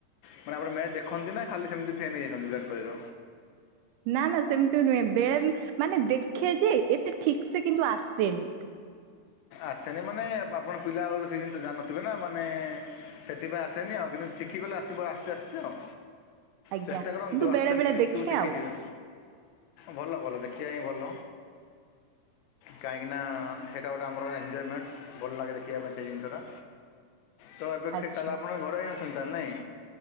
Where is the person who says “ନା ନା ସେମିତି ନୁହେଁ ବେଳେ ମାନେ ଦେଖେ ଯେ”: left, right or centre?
Right